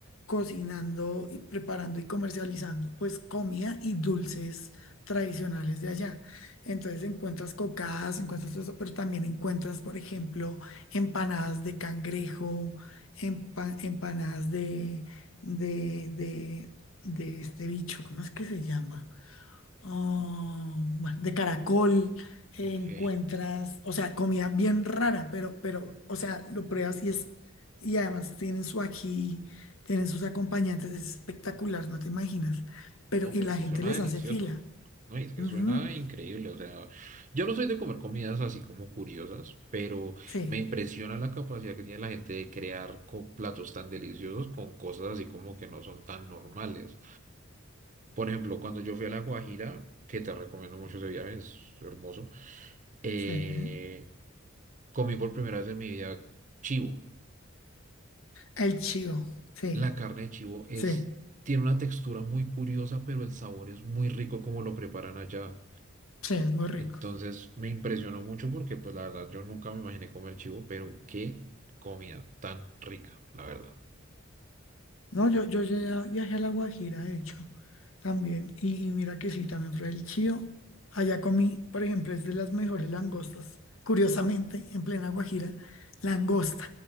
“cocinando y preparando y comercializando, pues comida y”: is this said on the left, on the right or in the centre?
Left